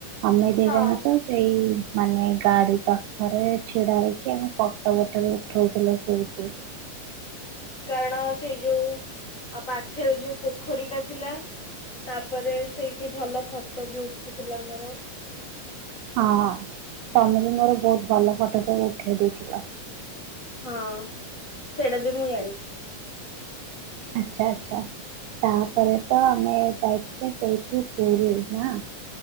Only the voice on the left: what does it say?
ହଁ
କାରଣ ସେଇ ଯୋଉ ପାଖରେ ଯୋଉ ପୋଖରୀ ଟା ଥିଲା ତାପରେ ସେଇଠି ଭଲ ଫଟୋ ବି ଉଠୁଥିଲା ଆମର।
ହଁ ସେଇଟା ବି ମୁଁ ଜାଣିଛି।